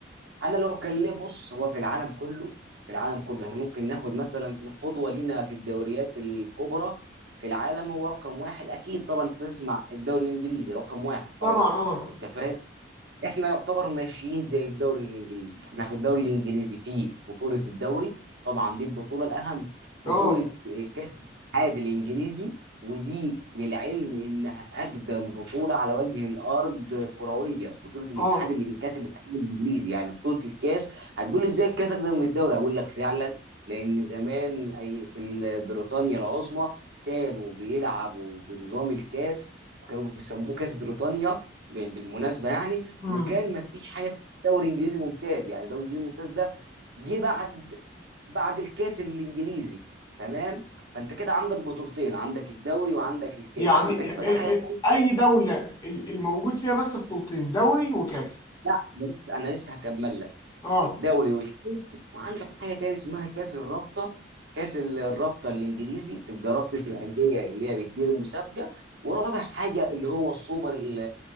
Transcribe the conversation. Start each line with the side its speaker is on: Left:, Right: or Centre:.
Right: انا لو كان ليه بص هو في العالم كله في العالم كله احنا ممكن ناخد مثلا القدوه لينا في الدوريات الكبرى في العالم هو رقم واحد اكيد طبعا انت تسمع الدوري الانجليزي رقم واحد
Left: طبعا
Right: طبعا
Left: اه
Right: انت فاهم احنا يعتبر ماشيين زي الدوري الانجليزي احنا في الدوري الانجليزي في بطولة الدوري طبعا دي البطولة الاهم
Left: اه
Right: بطولة كاس الاتحاد الانجليزي ودي للعلم انها اقدم بطولة على وجه الارض كروية بطولة الاتحاد
Left: اه
Right: الإن- كاس الاتحاد الانجليزي يعني بطولة الكاس هتقول لي ازاي الكاس اقدم من الدوري هقول لك فعلا لان زمان اي في ال- بريطانيا العظمى كانوا بيلعبوا بنظام الكاس وكانوا بيسموه كاس بريطانيا ب- بالمناسبة يعني
Left: امم
Right: وكان ما فيش حاجه اسمها دوري انجليزي ممتاز يعني دوري انجليزي ممتاز ده جه بعد بعد الكاس الانجليزي تمام فانت كده عندك بطولتين عندك الدوري وعندك الكاس
Left: يعني
Right: عندك
Left: ال-
Right: بقى
Left: ال-
Right: حاجه تانيه
Left: اي دوله ال- الموجود فيها بس بطولتين دوري وكاس
Right: لا انا لسه أنا لسه هكمل لك
Left: اه
Right: الدوري والكاس وعندك حاجه تاني اسمها كاس الرابطه كاس ال- الرابطه الانجليزي بتبقى رابطه الانديه اللي هي بتدير المسابقه ورابع حاجه اللي هو السوبر ال-